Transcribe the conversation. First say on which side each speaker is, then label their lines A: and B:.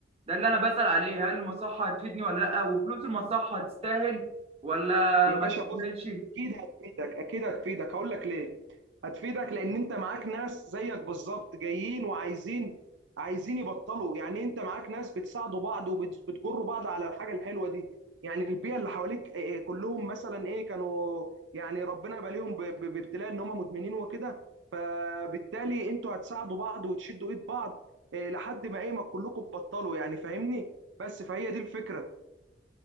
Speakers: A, on the right; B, on the right.
A: ده اللي انا بسأل عليه هل المصحه هتفيدني ولا لا وفلوس المصحه تستاهل ولا
B: يا
A: ما
B: باشا
A: تستاهلش
B: بص اكيد هتفيدك اكيد هتفيدك هقول لك ليه هتفيدك لان انت معاك ناس زيك بالظبط جايين وعايزين عايزين يبطلوا يعني انت معاك ناس بتساعدوا بعض وبتجروا بعض على الحاجه الحلوه دي يعني البيئه اللي حواليك إيه، كلهم مثلا ايه كانوا يعني ربنا باليهم ب- ب- بابتلاء ان هم مدمنين وكده فبالتالي انتوا هتساعدوا بعض وتشدوا ايد بعض إيه، لحد ما ايه ما كلكم تبطلوا يعني فاهمني بس فهي دي الفكره